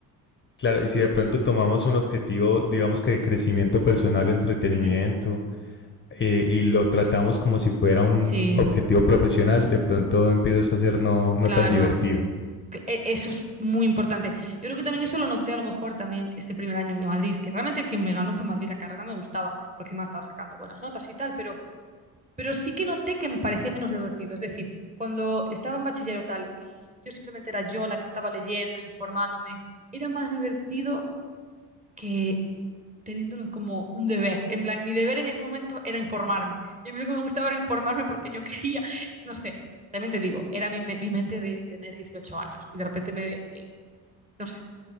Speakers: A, on the left; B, on the right.
A: claro, y si de pronto tomamos un objetivo, digamos que de crecimiento personal o entretenimiento,
B: Ujú.
A: eh, y lo tratamos como si fuera un
B: Sí,
A: objetivo profesional, de pronto empiezas a ser no, no
B: claro.
A: tan divertido.
B: Cl- e- Eso es muy importante. Yo creo que también eso lo noté a lo mejor también este primer año en Madrid, que realmente quien me ganó fue Madrid, la carrera me gustaba, porque encima estaba sacando buenas notas y tal, pero, pero sí que noté que me parecía menos divertido. Es decir, cuando estaba en bachillerato tal y yo simplemente era yo la que estaba leyendo, informándome era más divertido que teniéndolo como un deber. En plan, mi deber en ese momento era informarme. Y a mí lo que me gustaba era informarme porque yo quería, no sé, también te digo, era mi, me- mi mente de tener 18 años y de repente me, eh, no sé,